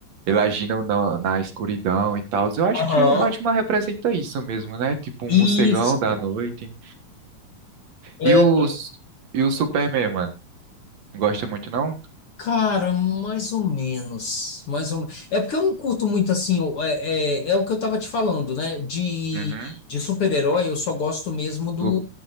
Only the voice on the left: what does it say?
Aham.
Isso.
é,
Cara, mais ou menos, mais ou menos. É porque eu não curto muito assim, o- é, é, é o que eu tava te falando, né? De,
de super-herói, eu só gosto mesmo do,